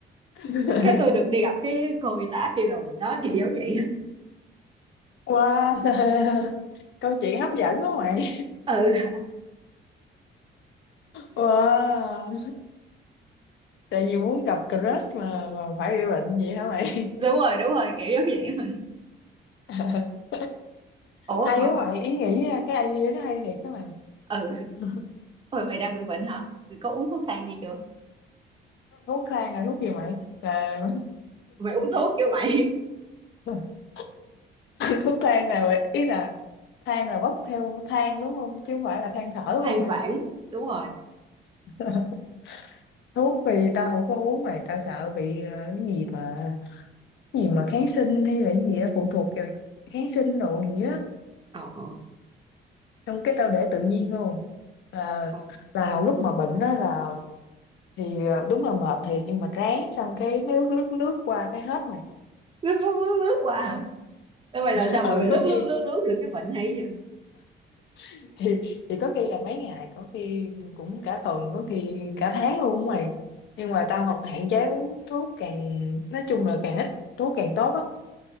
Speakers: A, on the left; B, on the right.
A: <laughs>
B: <laughs> cái tôi được đi gặp cái cô y tá kia rồi đó kiểu giống vậy á
A: wow <laughs> câu chuyện hấp dẫn quá mày
B: ừ
A: wow tại vì muốn gặp crush mà mà phải bị bệnh vậy hả mày
B: đúng rồi đúng rồi kiểu giống vậy rồi
A: <laughs>
B: ủa
A: hay
B: mà,
A: quá
B: mà
A: mày ý nghĩ á, cái idea nó hay thiệt các mày
B: ừ
A: <laughs>
B: Ôi mày đang bị bệnh hả? Mày có uống thuốc thang gì chưa?
A: thuốc thang là thuốc gì mày là
B: mày uống thuốc chưa mày
A: <laughs> thuốc thang là ý là than là bốc theo than đúng không chứ không phải là than thở
B: <laughs>
A: đúng
B: than
A: không mày
B: vãn đúng rồi
A: <laughs> thuốc thì tao không có uống mày tao sợ bị ờ, cái gì mà cái gì mà kháng sinh hay là cái gì đó phụ thuộc rồi kháng sinh rồi gì á
B: Ờ, ờ.
A: xong cái tao để tự nhiên luôn là
B: ờ.
A: là lúc mà bệnh đó là thì ờ, đúng là mệt thiệt nhưng mà ráng xong cái nước nước nước qua cái hết mày
B: lướt lướt lướt lướt qua hả Ê, mày
A: <laughs>
B: làm sao
A: ừ
B: mà mày lướt
A: có khi
B: lướt lướt lướt được cái bệnh hay vậy
A: <laughs> thì thì có khi là mấy ngày có khi cũng cả tuần có khi cả tháng luôn á mày nhưng mà tao học hạn chế uống thuốc càng nói chung là càng ít thuốc càng tốt á